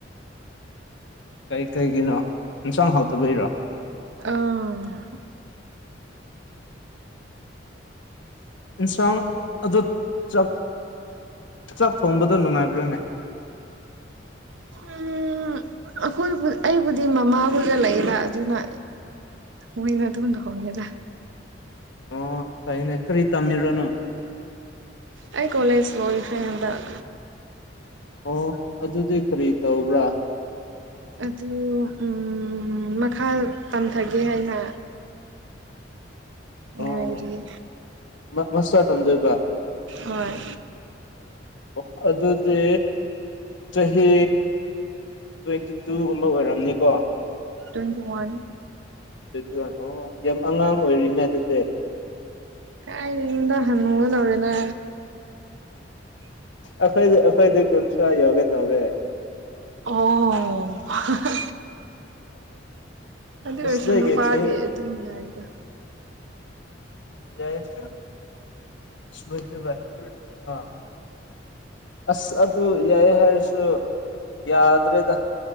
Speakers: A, on the left; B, on the right.
A: ꯀꯩ ꯀꯩꯒꯤꯅꯣ ꯏꯟꯁꯥꯡ ꯍꯥꯎꯇꯕꯒꯤꯔꯣ
B: ꯑꯥ
A: ꯏꯟꯁꯥꯡ ꯑꯗꯨ ꯆꯛ ꯆꯥꯛ ꯊꯣꯡꯕꯗꯣ ꯅꯨꯡꯉꯥꯏꯕ꯭ꯔꯥꯅꯦ
B: ꯎꯝ ꯑꯩꯈꯣꯏꯕꯨ ꯑꯩꯕꯨꯗꯤ ꯃꯃꯥꯍꯣꯏꯒ ꯂꯩꯌꯦꯕ ꯑꯗꯨꯅ ꯃꯣꯏꯅ ꯑꯗꯨꯝ ꯊꯣꯡꯉꯦꯗ
A: ꯑꯣ ꯐꯩꯅꯦ ꯀꯔꯤ ꯇꯝꯃꯤꯔꯣ ꯅꯪ
B: ꯑꯩ ꯀꯣꯂꯦꯖ ꯂꯣꯏꯈ꯭ꯔꯔꯦ ꯍꯟꯗꯛ
A: ꯑꯣ ꯑꯗꯨꯗꯤ ꯀꯔꯤ ꯇꯧꯕ꯭ꯔꯥ
B: ꯑꯗꯨ ꯎꯝ ꯃꯈꯥ ꯇꯝꯊꯒꯦ ꯍꯥꯏꯅ ꯉꯥꯏꯔꯤꯌꯦ
A: ꯑꯣ ꯃꯥꯁꯇꯔ ꯇꯝꯗꯣꯏꯕ
B: ꯍꯣꯏ
A: ꯑꯣ ꯑꯗꯨꯗꯤ ꯆꯍꯤ ꯇ꯭ꯋꯦꯟꯇꯤꯇꯨꯒꯨꯝꯕ ꯑꯣꯏꯔꯝꯅꯤꯀꯣ
B: ꯇ꯭ꯋꯦꯟꯇꯤ ꯋꯥꯟ
A: ꯇ꯭ꯋꯦꯟꯇꯤꯋꯥꯟ ꯑꯣ ꯌꯥꯝ ꯑꯉꯥꯡ ꯑꯣꯏꯔꯤꯅꯦ ꯑꯗꯨꯗꯤ
B: ꯀꯥꯏꯗꯩꯅꯣꯗ ꯍꯥꯅꯨꯒꯗꯧꯔꯦꯗ
A: ꯑꯈꯣꯏ ꯑꯈꯣꯏꯗꯤ ꯀꯨꯟꯊ꯭ꯔꯥ ꯌꯣꯒꯦ ꯇꯧꯔꯦ
B: ꯑꯣ ꯍꯥ ꯍꯥ ꯑꯗꯨ ꯑꯣꯏꯔꯁꯨ
A: ꯃꯁꯤꯗꯒꯤ
B: ꯅꯨꯄꯥꯗꯤ
A: ꯆꯍꯤ
B: ꯑꯗꯨꯝ ꯌꯥꯏꯗꯥ
A: ꯌꯥꯏꯌꯦ ꯂꯣꯏꯈ꯭ꯔꯦ ꯕꯥꯏ ꯑꯥ ꯑꯁ ꯑꯗꯨ ꯌꯦꯏꯌꯦ ꯍꯥꯏꯔꯁꯨ ꯌꯥꯗ꯭ꯔꯦꯗ